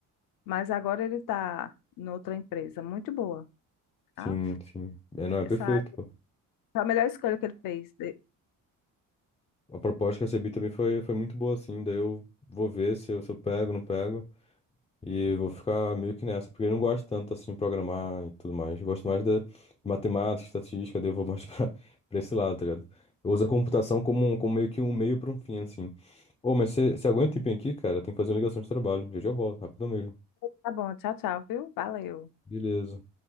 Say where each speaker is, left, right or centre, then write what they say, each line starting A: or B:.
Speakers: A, on the left; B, on the left.
A: mas agora ele está noutra empresa muito boa,
B: Sim,
A: tá?
B: sim. É, não, é
A: Essa
B: perfeito, pô.
A: foi a melhor escolha que ele fez.
B: A proposta que eu recebi também foi, foi muito boa, assim. Daí eu vou ver se eu, se eu pego, não pego. E vou ficar meio que nessa, porque eu não gosto tanto, assim, de programar e tudo mais. Eu gosto mais da matemática, estatística, daí eu vou mais <laughs> pra, pra esse lado, tá ligado? Eu uso a computação como, um- como meio que um meio pra um fim, assim. Ô, mas você aguenta um tempinho aqui, cara? Tem que fazer uma ligação de trabalho. Já já eu volto, rapidão mesmo.
A: Tá bom, tchau, tchau, viu? Valeu.
B: Beleza.